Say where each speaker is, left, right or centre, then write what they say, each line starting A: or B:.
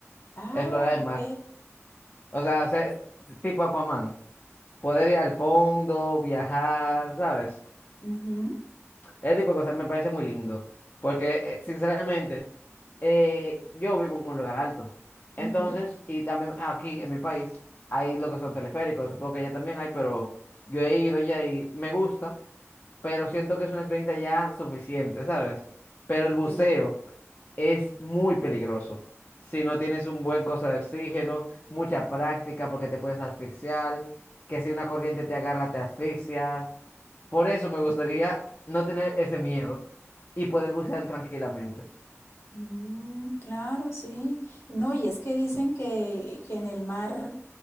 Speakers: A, on the left (about 60°); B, on the left (about 40°).
A: Ah,
B: explorar
A: ok.
B: el mar. O sea, ser tipo Aquaman, poder ir al fondo, viajar, ¿sabes?
A: Ujú,
B: Ese tipo de cosas me parece muy lindo, porque eh, sinceramente eh, yo vivo en un lugar alto. Entonces,
A: ujú,
B: y también aquí en mi país hay lo que son teleféricos, supongo que allá también hay, pero yo he ido ya y me gusta, pero siento que es una experiencia ya suficiente, ¿sabes? Pero el buceo
A: Sí.
B: es muy peligroso. Si no tienes un buen cosa de oxígeno, mucha práctica porque te puedes asfixiar, que si una corriente te agarra te asfixias. Por eso me gustaría no tener ese miedo y poder bucear tranquilamente.
A: Mm, claro, sí. No, y es que dicen que, que en el mar,